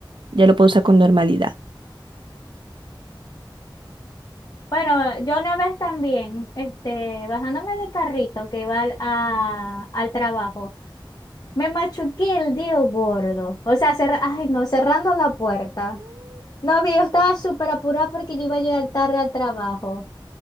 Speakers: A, on the right; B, on the left.
A: Ya lo puedo usar con normalidad.
B: Bueno, yo una vez también, este, bajándome del carrito que iba al, a- al trabajo. Me machuqué el dedo gordo. O sea, cerra- ay, no, cerrando la puerta. No, vi, yo estaba súper apurada porque yo iba a llegar tarde al trabajo.